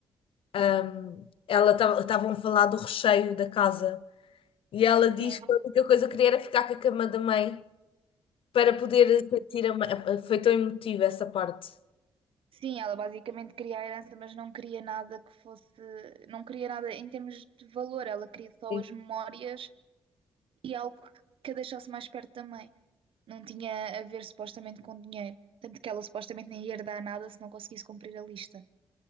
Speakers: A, on the left; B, on the right.
A: ahm, ela estavam a falar do recheio da casa e ela diz
B: sim.
A: que a única coisa que queria era ficar com a cama da mãe para poder sentir a mãe. Foi tão emotiva essa parte.
B: Sim, ela basicamente queria a herança, mas não queria nada que fosse, não queria nada em termos de valor, ela queria só
A: Sim.
B: as memórias e algo que que a deixasse mais perto também. Não tinha a ver supostamente com dinheiro, tanto que ela supostamente nem ia herdar nada se não conseguisse cumprir a lista.